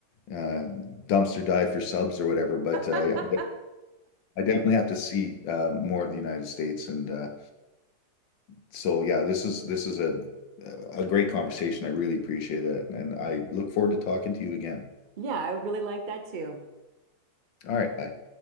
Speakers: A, on the left (about 80°); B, on the right (about 50°).
A: uh, dumpster dive for subs or whatever. But
B: <laughs>
A: uh, yeah, I definitely have to see uh, more of the United States, and uh, so yeah, this is this is a a great conversation. I really appreciate it, and I look forward to talking to you again.
B: Yeah, I would really like that too.
A: All right, bye.